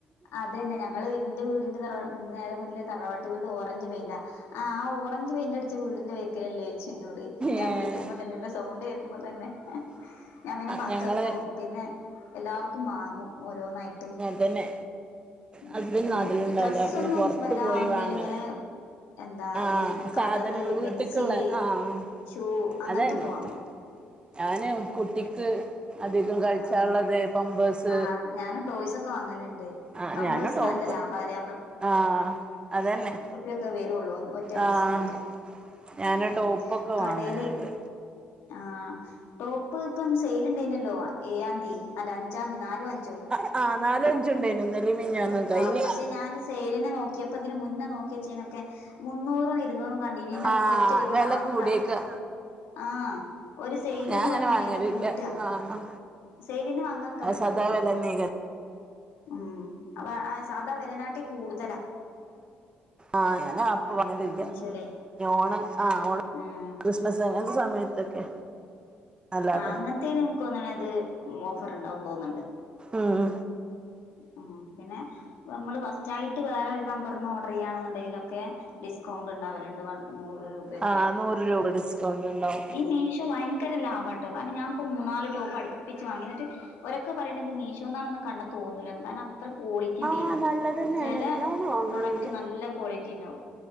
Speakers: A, on the left; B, on the right.
A: അതന്നെ ഞങ്ങളെ വീ ഇന്റെ വീടിന്റെ തറവാ നേരെ മുന്നില് തറവാട്ട് വീട് ഓറഞ്ച് പെയിൻ്റാ ആഹ് ആഹ് ഓറഞ്ച് പെയിൻ്റ് അടിച്ച വീടിന്റെ ബാക്കിലല്ലേ ചോച്ച് ഇന്നോട് ഞാൻ
B: ഏഹ്
A: വിളിക്കുമ്പോ തന്നെ എൻ്റെ സൗണ്ട് കേ ക്കുമ്പോ തന്നെ
B: <inaudible>
A: ഞാൻ പിന്നെ മക്കക്കും
B: ഞങ്ങള്
A: പിന്നെ എല്ലാവർക്കും മാങ്ങും ഓരോന്നായിട്ട്
B: പിന്നെ
A: ഉം
B: ഹസ്ബൻഡ് നാട്ടിലുണ്ടാവില്ല
A: ഈ ഡ്രസ്സൊന്നും
B: പിന്നെ പുറത്ത്
A: വല്ലാ
B: പോയി
A: വാങ്ങൂലേലും
B: വാങ്ങല്
A: ഇങ്ങനെ എന്താ
B: ആഹ്
A: ഈ
B: സാധനങ്ങള്
A: കളറ്
B: വീട്ട്ക്ക്
A: പെൻസില്
B: ള്ളെ ആഹ്
A: ഷൂ അങ്ങനത്തൊക്കെ
B: അതന്നെ
A: വാങ്ങും
B: ഞാനും കുട്ടിക്ക് അധികം കഴിച്ചാള്ളത്
A: ആഹ്
B: പമ്പേഴ് സ്
A: ആഹ് ഞാനും ടോയ്സൊക്കെ വാങ്ങലുണ്ട്
B: ആഹ്
A: പമ്പേഴ്സ്
B: ഞാനും ടോപ്പ്
A: നല്ല ലാഭാലേ
B: ആഹ് അതന്നെ
A: ഒക്കെ വരുള്ളൂ ഒറ്റ പ്പിസിനൊക്കെ
B: ആഹ് ഞാന്
A: ഉം
B: ടോപ്പൊക്കെ
A: കടേല്
B: വാങ്ങലുണ്ട്
A: ആഹ് ടോപ്പ് ഇപ്പം സെയിൽ ഇ ണ്ടായിനല്ലോ ഏയാന്തി അല്ല അഞ്ചാന്തി നാലും അഞ്ചും
B: ആഹ് ആഹ് നാലും അഞ്ചുണ്ടായിനു ഇന്നലിം മിഞ്ഞാന്നും കഴിഞ്ഞ്
A: ആഹ് പക്ഷെ ഞാൻ സേല്നെ നോക്കിയപ്പോ ഇതിന് മുന്നേ നോക്കിയച്ചേനൊക്കെ മുന്നൂറും ഇരുന്നൂറും കണ്ടി ന്നു
B: ആഹ്
A: കൊറ്റടിക്ക്
B: വെല
A: നാന്നൂറാ
B: കൂടിയേക്കാ
A: യേ ക്കാ ആഹ് ഒരു സൈൽന്ന്
B: ഞാൻ അങ്ങനെ
A: പറഞ്
B: വാങ്ങലില്ല
A: വല കൂട്ടാ
B: ആഹ്
A: സെയ്ലിന് വാങ്ങാക്കാ
B: അത്
A: നല്ലത്ട്ടോ
B: സദാ വെലന്നേക്കാരം
A: ഉം അപ്പ സാധാ വെലനാട്ടി കൂടുതലാ
B: ആഹ് ഞാന് <unintelligible>
A: മീശോലെ
B: ഞ് ഓണം ആഹ് ഓണ
A: ഉം
B: കൃ മസ് അങ്ങൻത്തെ സമയത്തൊക്കെ അല്ലാതെ
A: ആഹ് അങ്ങനത്തേല് എൻക്ക് തൊന്ന്ണത് ഓഫർ ഉണ്ടാവു തോന്നുണ്ട്
B: ഉംഉം
A: ആഹ് പിന്നെ നമ്മള് ഫസ്റ്റ് ആയിട്ട് വേറെരു നമ്പർന്ന് ഓർഡർയാണ് ണ്ടേങ്കിലൊക്കെ ഡിസ്കൗണ്ട് ഉണ്ടാവലുണ്ട് വൺ നൂറ് പ്യെക്കെ
B: ആഹ് നൂറ് രൂപ ഡിസ്കൗണ്ട് ഉണ്ടാവും
A: ഈ മീശോ ഭയങ്കര ലാഭാ ട്ടോ കാരണം ഞാൻപ്പോ മൂന്നാല് ടോപ്പ് അടുപ്പിച്ച് വാങ്ങിന്നിട്ട് ഒരക്കെ പറയണത് മീഷോന്നാണന്ന് കണ്ട തോന്നൂല്ല കാരണം അത്ര ക്വാളിറ്റി ഇണ്ടയ്നി
B: ആഹ് നല്ലത് തന്നെയാണ്
A: ചല
B: ഞാനും വാങ്ങലുണ്ട്
A: പ്രൊഡക്റ്റ് നല്ല ക്വാളി റ്റിണ്ടാവും